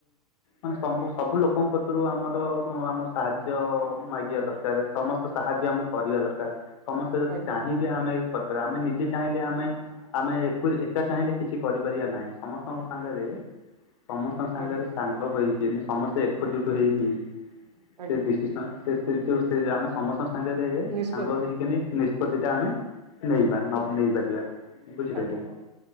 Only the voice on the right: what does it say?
ଆଜ୍ଞା
ଆଜ୍ଞା।
ଆଜ୍ଞା
ନିଷ୍ପତ୍ତି
ଆଜ୍ଞା